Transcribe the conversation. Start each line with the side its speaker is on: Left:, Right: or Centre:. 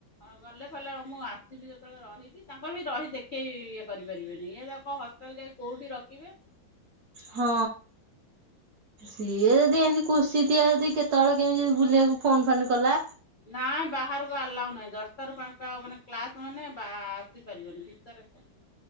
Left: ହଉ ଗଲେ କହିଲେ ମୁଁ ଆସିବି ଯେତେବେଳେ ରହିବି ତାଙ୍କର ବି ରହି ଦେଖେଇ ଇଏ କରିପାରିବେନି। ଇଏ ତାଙ୍କ ହଷ୍ଟେଲ ଯାଇ କୋଉଠି ରଖିବେ
Right: ହଁ। ସିଏ
Left: ମୁଁ
Right: ଯଦି
Left: କହିଲି
Right: ଏମିତି କୁଶ୍ଚିତିଆ ଯଦି କେତେବେଳେ କେମିତି ବୁଲିବାକୁ ଫୋନ ଫାନ୍ କଲା
Left: ନାଇଁ ବାହାରକୁ ଆଲାଉ ନାହିଁ, ଦଶଟାରୁ ପାଞ୍ଚଟା ହବ ମାନେ କ୍ଲାସ ମାନେ ବା ଆସିପାରିବନି। ଭିତରେ <unintelligible>